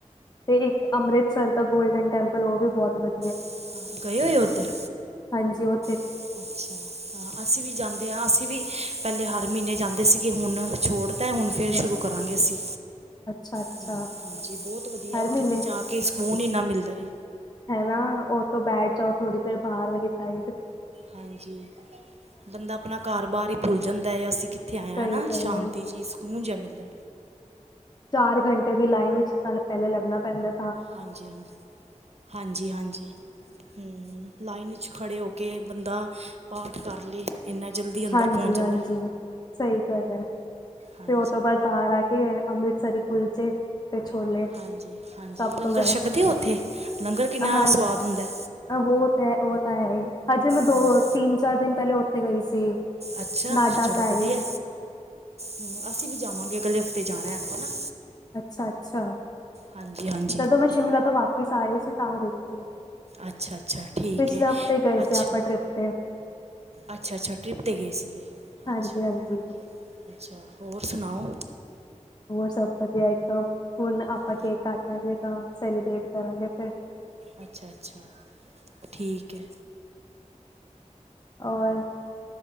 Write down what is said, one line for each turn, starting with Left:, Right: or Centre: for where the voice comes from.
Left: ਤੇ ਇੱਕ, ਅੰਮ੍ਰਿਤਸਰ ਦਾ ਗੋਲਡਨ ਟੈਂਪਲ, ਓ ਵੀ ਬੋਤ ਵਦ
Right: <inaudible> ਗਏ ਹੋਏ ਓਦਰ?
Left: ਹਾਂਜੀ, ਓ
Right: <inaudible> ਅੱਛਾ। ਹਾਂ, ਅਸੀ ਵੀ ਜਾਂਦੇ ਆ, ਅਸੀ ਵੀ ਪੈਲੇ ਹਰ ਮ੍ਹੀਨੇ ਜਾਂਦੇ ਸੀਗੇ, ਹੁਨ ਛੋੜ ਤੇ, ਹੁਣ
Left: ਅੱਛਾ
Right: ਫੇਰ ਸ਼ੁਰੂ ਕਰਾਂਗੇ ਅਸੀ,
Left: ਅੱਛਾ ਅੱਛਾ
Right: ਹੂੰ ਹਾਂਜੀ ਬੋਤ ਵਦੀਐ
Left: ਹਰ
Right: ਉਥੇ
Left: ਮਹੀਨੇ
Right: ਤੇ ਜਾ ਕਿ ਸਕੂਨ ਇੰਨਾ ਮਿਲਦਾ ਐ।
Left: ਹੈਨਾ, ਓਤੋ ਬੈਠ ਜਾਓ ਥੋੜੀ ਦੇਰ ਬਾਹਰ ਵਾਲੀ ਸਾਈਡ
Right: ਹਾਂਜੀ। ਬੰਦਾ ਆਪਨਾ ਘਾਰ ਬਾਰ ਈ ਭੁੱਲ ਜਾਂਦੈ, ਅਸੀ ਕਿੱਥੇ ਆਏ ਆਂ,
Left: ਸਹੀ
Right: ਹਨਾ
Left: ਗੱਲ
Right: ਸ਼ਾਂਤੀ
Left: ਹੈ
Right: ਜੀ ਸਕੂਨ ਜਾ ਮਿਲਦੈ।
Left: ਚਾਰ ਘੰਟੇ ਦੀ ਲਾਈਨ ਵਿੱਚ ਸਾਨ ਪੈਹਲੇ ਲੱਗਨਾ ਪੈਂਦੈ।
Right: ਹਾਂਜੀ, ਹਾਂਜੀ, ਹਾਂਜੀ, ਹਾਂਜੀ। ਹੂੰ, ਲਾਈਨ ਵਿੱਚ ਖੜੇ ਹੋ ਕੇ ਬੰਦਾ ਪਾਠ ਕਾਰ ਲੇ। ਇੰਨਾ ਜਲਦੀ ਅੰਦਰ
Left: ਹਾਂਜੀ,
Right: ਪਹੁੰਚ ਜਾਂਦਾ
Left: ਹਾਂਜੀ, ਸਈ ਗਲ ਐ,
Right: ਹਾਂਜੀ
Left: ਤੇ ਓ ਤੋਂ ਬਾਦ ਬਾਹਰ ਆ ਕੇ ਅੰਮ੍ਰਿਤਸਰੀ ਕੁਲਚੇ ਤੇ ਛੋਲੇ,
Right: ਹਾਂਜੀ ਹਾਂਜੀ
Left: ਸਬ
Right: ਲੰਗਰ
Left: ਤੋਂ ਬੈਸਟ,
Right: ਛਕਦੇ ਹੋ ਉੱਥੇ ਲੰਗਰ ਕਿੰਨਾ
Left: ਅ ਹਾਂਜੀ,
Right: ਸਵਾਦ ਹੁੰਦਾ
Left: ਅ ਬੋਤ ਤੇ ਓ ਤਾਂ ਹੈ ਈ, ਹਜੇ ਮੈਂ ਦੋ,
Right: ਹਾਂਜੀ
Left: ਤਿੰਨ, ਚਾਰ ਦਿਨ ਪੈਲੇ ਓਥੇ ਗਈ ਸੀ।
Right: ਅੱਛਾ,
Left: ਨਾਡਾ
Right: ਚਲੋ
Left: ਸਾਹਿਬ
Right: ਵਦੀਐ, ਹੂੰ ਅਸੀ ਵੀ ਜਾਵਾਂਗੇ ਅਗਲੇ <inaudible> ਤੇ ਜਾਣੈ ਆਪਾਂ ਨਾ
Left: ਅੱਛਾ ਅੱਛਾ
Right: ਹਾਂਜੀ, ਹਾਂਜੀ।
Left: ਜਦੋਂ ਮੈਂ ਸ਼ਿਮਲਾ ਤੋਂ ਵਾਪਿਸ ਆ ਰੀ ਸੀ, ਤਾਂ ਗਈ ਸੀ।
Right: ਅੱਛਾ, ਅੱਛਾ ਠੀਕੈ,
Left: ਪਿਛਲੇ ਹਫ਼ਤੇ ਗਏ
Right: ਅੱਛਾ।
Left: ਸੀ ਆਪਾਂ ਟ੍ਰਿਪ ਤੇ
Right: ਅੱਛਾ, ਅੱਛਾ ਟ੍ਰਿਪ ਤੇ ਗਏ ਸੀਗੇ,
Left: ਹਾਂਜੀ
Right: ਅੱਛਾ।
Left: ਹਾਂਜੀ
Right: ਅੱਛਾ, ਹੋਰ ਸੁਨਾਓ?
Left: ਹੋਰ ਸਬ ਵਦੀਆ ਐਕਦਮ, ਹੁਨ ਆਪਾਂ
Right: ਹਾਂ
Left: ਕੇਕ ਕਾਟਾਂਗੇ ਤਾਂ ਸੈਲੀਬ੍ਰੇਟ ਕਰਾਂਗੇ ਫੇਰ
Right: ਅੱਛਾ, ਅੱਛਾ ਠੀਕ ਐ।
Left: ਔਰ